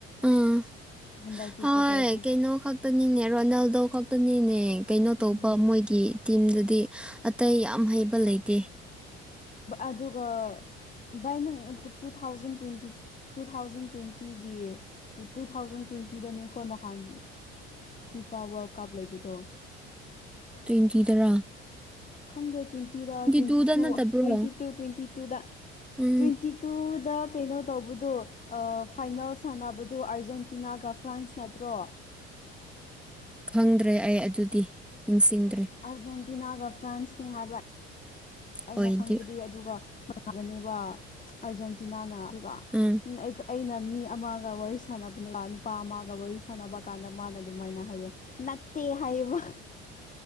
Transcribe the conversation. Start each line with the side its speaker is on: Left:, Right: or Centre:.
Centre: ꯑꯥ
Left: ꯍꯟꯗꯛꯇꯤ
Centre: ꯍꯣꯏ
Left: ꯀ꯭ꯋꯥꯇꯔꯁꯨ
Centre: ꯀꯩꯅꯣ ꯈꯛꯇꯅꯤꯅꯦ ꯔꯣꯅꯥꯜꯗꯣ ꯈꯛꯇꯅꯤꯅꯦ ꯀꯩꯅꯣ
Left: ꯎꯝ
Centre: ꯇꯧꯕ ꯃꯣꯏꯒꯤ ꯇꯤꯝꯗꯗꯤ ꯑꯇꯩ ꯌꯥꯝ ꯍꯩꯕ ꯂꯩꯇꯦ
Left: ꯑꯗꯨꯒ ꯕꯥꯏꯅꯪ two thousand twenty two thousand ꯇ꯭ꯋꯦꯟꯇꯤꯒꯤ ꯇꯨ ꯊꯥꯎꯖꯟ ꯇ꯭ꯋꯦꯟꯇꯤꯗꯅꯦꯀꯣ ꯅꯍꯥꯟ ꯐꯤꯐꯥ ꯋꯥꯔꯜ ꯀꯞ ꯂꯩꯕꯗꯣ
Centre: ꯇ꯭ꯋꯦꯟꯇꯤ ꯇꯔꯥ
Left: ꯈꯪꯗꯦ ꯇ꯭ꯋꯦꯟꯇꯤꯔꯣ ꯇ꯭ꯋꯦꯟꯇꯤ
Centre: ꯇꯨꯗ
Left: ꯇꯨ
Centre: ꯅꯠꯇꯕ꯭ꯔꯣ
Left: ꯇ꯭ꯋꯦꯟꯇꯤ ꯇꯨ ꯇ꯭ꯋꯦꯟꯇꯤ ꯇꯨꯗ
Centre: ꯎꯝ
Left: ꯇ꯭ꯋꯦꯟꯇꯤ ꯑꯗꯨꯗ ꯀꯩꯅꯣ ꯇꯧꯕꯗꯣ ꯐꯥꯏꯅꯦꯜ ꯁꯥꯟꯅꯕꯗꯨ ꯑꯥꯔꯖꯦꯟꯇꯤꯅꯥꯒ ꯐ꯭ꯔꯥꯟꯁ ꯅꯠꯇ꯭ꯔꯣ
Centre: ꯈꯪꯗ꯭ꯔꯦ ꯑꯩ ꯑꯗꯨꯗꯤ ꯅꯤꯡꯁꯤꯡꯗ꯭ꯔꯦ
Left: ꯑꯥꯔꯖꯦꯟꯇꯤꯅꯥꯒ ꯐ꯭ꯔꯥꯟꯁꯅꯦ ꯍꯥꯏꯕ ꯑꯩꯅ
Centre: ꯑꯣꯏꯗꯤ
Left: ꯈꯪꯕꯗꯤ ꯑꯗꯨꯒ ꯉꯒꯅꯦꯕ ꯑꯥꯔꯖꯦꯟꯇꯤꯅꯥꯅ ꯑꯗꯨꯒ
Centre: ꯎꯝ
Left: ꯑꯩ ꯑꯩꯅ ꯃꯤ ꯑꯃꯒ ꯋꯥꯔꯤ ꯁꯥꯟꯅꯕꯅꯦ ꯅꯨꯄꯥ ꯑꯃꯒ ꯋꯥꯔꯤ ꯁꯥꯟꯅꯕ ꯀꯥꯟꯗ ꯃꯥꯅ ꯑꯗꯨꯃꯥꯏꯅ ꯍꯩꯌꯦ ꯅꯠꯇꯦ ꯍꯥꯏꯕ